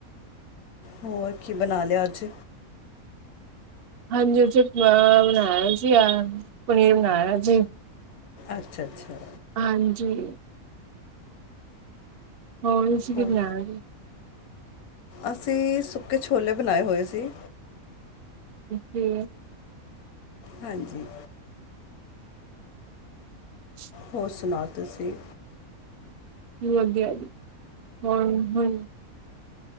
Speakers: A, on the left; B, on the right.
A: ਹੋਰ ਕੀ ਬਣਾ ਲਿਆ ਅੱਜ
B: ਹਾਂਜੀ ਉੱਥੇ ਪੋਹਾ ਬਣਾਇਆ ਸੀ, ਪਨੀਰ ਬਣਾਇਆ ਜੀ
A: ਅੱਛਾ, ਅੱਛਾ।
B: ਹਾਂਜੀ, ਹੋ ਤੁਸੀ ਕੀ
A: ਹੋ
B: ਬਣਾਇਆ ਸੀ
A: ਅਸੀਂ ਸੁੱਕੇ ਛੋਲੇ ਬਣਾਏ ਹੋਏ ਸੀ
B: ਜੀ
A: ਹਾਂਜੀ
B: <inaudible>
A: ਹੋਰ ਸੁਣਾੳ ਤੁਸੀ?
B: ਵਧੀਆ ਜੀ, ਹੋਰ ਹਾਂ